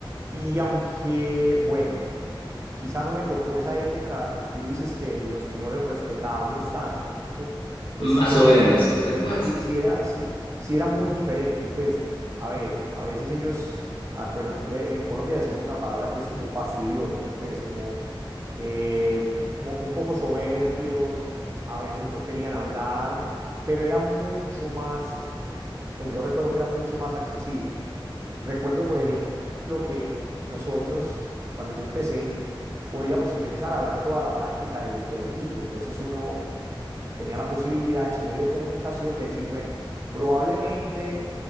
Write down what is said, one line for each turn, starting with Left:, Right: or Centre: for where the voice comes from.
Right: Y aunque, bueno, quizá no me tocó esa época que tú dices que los señores respetables tanto, pues
Left: Más
Right: sí era
Left: o menos,
Right: muy, di-
Left: o sea, más.
Right: sí, sí era, sí, sí era muy diferente. Pues, a ver, a veces ellos, ah, bueno, aquí le- en Colombia decimos una palabra que es como fastidiosos, pues como eh, como que un poco soberbios, a veces no querían hablar, pero era mucho más, pues yo recuerdo que era mucho más accesible. Recuerdo, por ejemplo, que nosotros, cuando yo empecé, podíamos ingresar a ver toda la práctica del, del equipo, entonces uno tenía la posibilidad en su medio de comunicación de decir, bueno, probablemente